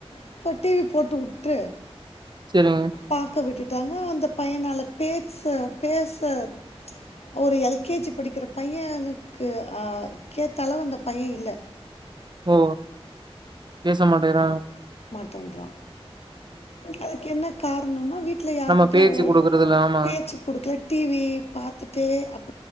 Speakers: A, on the left; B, on the right.
A: இப்ப டி வி போட்டுவுட்டு
B: சரிங்க.
A: பாக்க விட்டுட் டாங்க அந்த பையனால பேச பேச ச் ஒரு எல் கே ஜி படிக்கிற பையனுக்கு அ கேத்தளவ் அந்த பைய இல்ல
B: ஓ பேச மாட்டேறா
A: டேன்றா அதுக்கென்ன காரணொனா வீட் ட்ல யாருகிட்டயு
B: நம்ம பேச்சு
A: அவ்ளவா
B: குடுக்குறதில்ல. ஆமா.
A: பேச்சு குடுக்ல டி வி பாத்துட்டே அப்